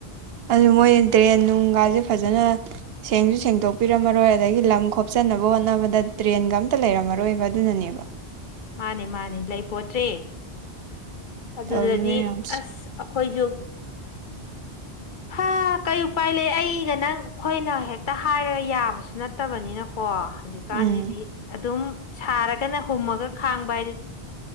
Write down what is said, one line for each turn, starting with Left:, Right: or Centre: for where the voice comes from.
Right: ꯑꯗꯨ ꯃꯣꯏ ꯗ꯭ꯔꯦꯟ ꯅꯨꯡꯒꯥꯁꯦ ꯐꯖꯅ ꯁꯦꯡꯁꯨ ꯁꯦꯡꯗꯣꯛ ꯄꯄꯤꯔꯝꯃꯔꯣꯏ ꯑꯗꯒꯤ ꯂꯝ ꯈꯣꯞꯆꯟꯅꯕ ꯍꯣꯠꯅꯕꯗ ꯇ꯭ꯔꯦꯟꯒ ꯑꯝꯇ ꯂꯩꯔꯝꯃꯔꯣꯏꯕ ꯑꯗꯨꯅꯅꯦꯕ
Left: ꯃꯥꯅꯦ ꯃꯥꯅꯦ ꯂꯩ ꯄꯣꯠꯇ꯭ꯔꯔꯤ ꯑꯗꯨꯗꯗꯤ
Right: ꯇꯧꯔꯤ ꯃꯌꯥꯝꯁꯦ
Left: ꯑꯁ ꯑꯩꯈꯣꯏꯁꯨ ꯍꯥ ꯀꯩ ꯎꯄꯥꯏ ꯂꯩ ꯑꯩꯒ ꯅꯪ ꯑꯩꯈꯣꯏꯅ ꯍꯦꯛꯇ ꯍꯥꯏꯔꯒ ꯌꯥꯕꯁꯨ ꯅꯠꯇꯕꯅꯤꯅꯀꯣ ꯍꯧꯖꯤꯛꯀꯥꯟꯁꯤꯗꯤ
Right: ꯎꯝ
Left: ꯑꯗꯨꯝ ꯁꯥꯔꯒꯅ ꯍꯨꯝꯃꯒ ꯈꯥꯡꯕ ꯍꯥꯏ